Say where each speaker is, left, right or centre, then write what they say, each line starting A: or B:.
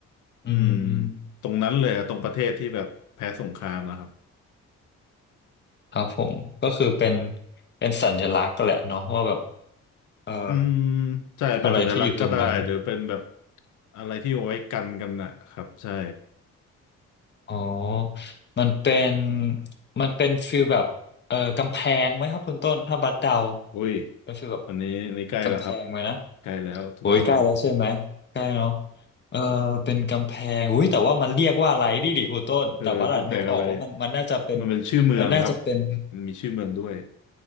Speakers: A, on the left (about 75°); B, on the left (about 35°).
A: อืม
B: อืม
A: ตรงนั้นเลยอะตรงประเทศที่แบบแพ้สงครามนะครับ
B: ครับผมก็คือเป็นเป็นสัญลักษณ์แหละเนาะว่าแบบเอ่อ
A: อืมใช่เป็นสัญลักษณ์ก็ได้หรือเป็นแบบ
B: อะไรที่อยู่ตรงนั้น
A: อะไรที่เอาไว้กันกันน่ะครับใช่
B: อ๋อมันเป็นมันเป็นฟีลแบบเอ่อกำแพงไหมครับคุณต้น ถ้าบัดเดา
A: อุ้ย
B: เป็นฟีลแบบ
A: อันนี้อันนี้ใกล้แล้วครับ
B: กำแพงไหมนะ
A: ใกล้แล้วถูกต้องครับ
B: โอ้ยใกล้แล้วใช่ไหมใกล้เนาะเออเป็นกำแพงอุ้ยแต่ว่ามันเรียกว่าอะไรดิดิคุณต้นแต่บัดนึกออกว่ามันมันน่าจะเป็น
A: เออกำแพงอะไรมันเป็นชื่อเมืองครับ
B: มันน่าจะเป็น
A: มันมีชื่อเมืองด้วย